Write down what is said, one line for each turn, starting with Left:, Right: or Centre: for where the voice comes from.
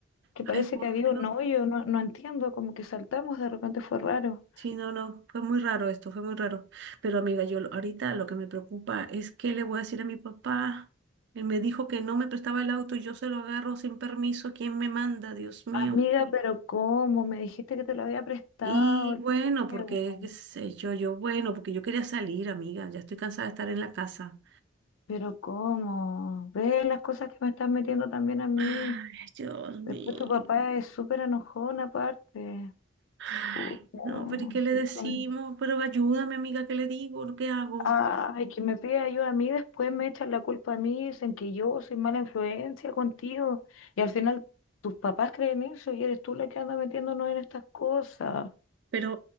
Left: Que
Right: Ay,
Left: parece
Right: por
Left: que había
Right: Dios.
Left: un hoyo, no, no entiendo, como que saltamos, de repente fue raro.
Right: Sí, no, no, fue muy raro esto, fue muy raro. Pero amiga, yo lo- ahorita lo que me preocupa es que le voy a decir a mi papá. Él me dijo que no me prestaba el auto y yo se lo agarro sin permiso. ¿Quién me manda? Dios mío.
Left: Amiga, pero ¿cómo? Me dijiste que te lo había prestado
Right: Y
Left: el
Right: bueno, porque,
Left: juego.
Right: qué sé yo, yo, bueno, porque yo quería salir, amiga. Ya estoy cansada de estar en la casa.
Left: Pero ¿cómo? Ve las cosas que me estás metiendo también a mí.
Right: Ay, Dios mío.
Left: Después tu papá es súper enojón aparte.
Right: Ay,
Left: Puta,
Right: no,
Left: no,
Right: pero ¿y qué le
Left: sí,
Right: decimos?
Left: no.
Right: Pero ayúdame, amiga, ¿qué le digo? ¿Qué hago?
Left: Ay, que me pide ayuda a mí, después me echan la culpa a mí, dicen que yo soy mala influencia contigo. Y al final tus papás creen eso y eres tú la que anda metiéndonos en estas cosas.
Right: Pero,